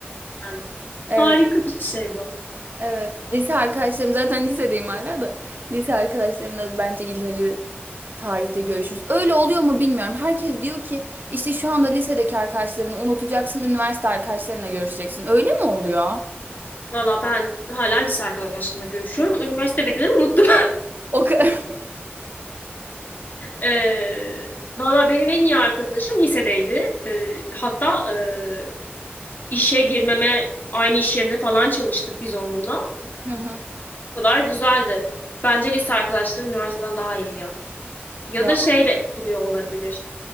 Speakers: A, on the left (about 50°); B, on the right (about 50°).
A: Aynen.
B: Evet,
A: Harika bir şey bu.
B: evet. Lise arkadaşlarım zaten lisedeyim hala da. Lise arkadaşlarımla bence ileri tarihte görüşürüz. Öyle oluyor mu bilmiyorum. Herkes diyor ki işte şu anda lisedeki arkadaşlarını unutacaksın, üniversite arkadaşlarına görüşeceksin. Öyle mi oluyor?
A: Valla ben hala lise arkadaşlarımla görüşüyorum. Üniversitedekileri unuttum.
B: O kadar.
A: Ee, valla benim en iyi arkadaşım lisedeydi. Ee, hatta e, işe girmeme aynı iş yerinde falan çalıştık biz onunla.
B: <laughs> Hı hı.
A: O kadar güzeldi. Bence lise arkadaşları üniversiteden daha iyi ya. Ya
B: Ya.
A: da şeyle etkiliyor olabilir.